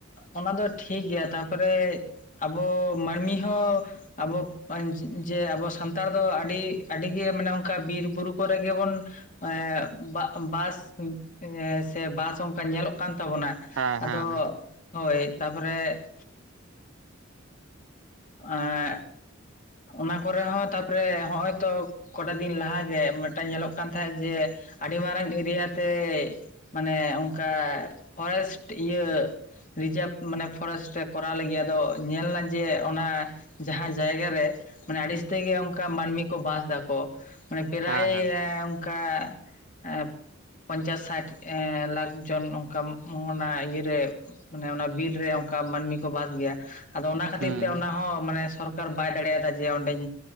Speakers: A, on the left; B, on the right.
A: ᱚᱱᱟ ᱫᱚ ᱴᱷᱤᱠ ᱜᱮᱭᱟ ᱛᱟᱯᱚ ᱨᱮ ᱟᱵᱚ ᱢᱟᱹᱱᱢᱤ ᱦᱚᱸ ᱟᱵᱚ ᱵᱟᱱᱡ... ᱡᱮ ᱟᱵᱚ ᱥᱟᱱᱛᱟᱲ ᱫᱚ ᱟᱹᱰᱤ ᱟᱹᱰᱤ ᱜᱮ ᱢᱟᱱᱮ ᱚᱱᱠᱟ ᱵᱤᱨ ᱵᱩᱨᱩ ᱠᱚᱨᱮ ᱜᱮᱵᱚᱱ <unintelligible> ᱵᱟᱜ ᱵᱟᱥ <unintelligible> ᱛᱮ ᱵᱟᱥ ᱚᱱᱠᱟ ᱧᱮᱞᱚᱜ ᱠᱟᱱ ᱛᱟᱵᱚᱱᱟ
B: ᱦᱮᱸ
A: ᱟᱫᱚ
B: ᱦᱮᱸ
A: ᱦᱳᱭ ᱛᱟᱯᱚᱨᱮ ᱟᱸᱭ....... ᱚᱱᱟ ᱠᱚᱨᱮ ᱦᱚᱸ ᱛᱟᱯᱚᱨᱮ ᱦᱚᱜᱼᱚᱭ ᱛᱚ ᱠᱚᱴᱟ ᱫᱤᱱ ᱞᱟᱦᱟ ᱜᱮ ᱢᱮᱫ ᱴᱟᱝ ᱧᱮᱞᱚᱜ ᱠᱟᱱ ᱛᱟᱦᱮᱸᱫ ᱡᱮ ᱟᱹᱰᱤ ᱢᱟᱨᱟᱝ ᱮᱨᱤᱭᱟ. ᱛᱮ ᱢᱟᱱᱮ ᱚᱱᱠᱟ ᱯᱷᱚᱨᱮᱥᱴ ᱤᱭᱟᱹ ᱨᱤᱡᱟᱨᱵᱷ ᱢᱟᱱᱮ ᱯᱷᱚᱨᱮᱥᱴ ᱮ ᱠᱚᱨᱟᱣ ᱞᱟᱹᱜᱤᱫ ᱟᱫᱚ ᱧᱮᱞ ᱮᱱᱟ ᱡᱮ ᱚᱱᱟ ᱡᱟᱦᱟᱸ ᱡᱟᱭᱜᱟ ᱨᱮ ᱢᱟᱱᱮ ᱟᱺᱲᱤᱥ ᱛᱮ ᱜᱮ ᱚᱱᱠᱟ ᱢᱟᱹᱱᱢᱤ ᱠᱚ ᱵᱟᱥ ᱫᱟ ᱠᱚ ᱢᱟᱱᱮ ᱯᱨᱟᱭ
B: ᱦᱮᱸ ᱦᱮᱸ
A: <unintelligible> <unintelligible> ᱯᱚᱧᱪᱟᱥ ᱥᱟᱭᱴ ᱮᱸ.. ᱞᱟᱠᱷ ᱡᱚᱱ ᱚᱱᱠᱟᱢ ᱚᱱᱟ ᱤᱭᱟᱹ ᱨᱮ ᱢᱟᱱᱮ ᱚᱱᱟ ᱵᱤᱨ ᱨᱮ ᱚᱱᱠᱟ ᱢᱟᱹᱱᱢᱤ ᱠᱚ ᱵᱟᱥ ᱜᱮᱭᱟ ᱟᱫᱚ ᱚᱱᱟ ᱠᱷᱟᱹᱛᱤᱨ
B: ᱦᱩᱸ
A: ᱛᱮ ᱚᱱᱟ ᱦᱚᱸ ᱢᱟᱱᱮ ᱥᱚᱨᱠᱟᱨ ᱵᱟᱭ ᱫᱟᱲᱮ ᱭᱟᱫᱟ ᱡᱮ ᱚᱸᱰᱮᱧ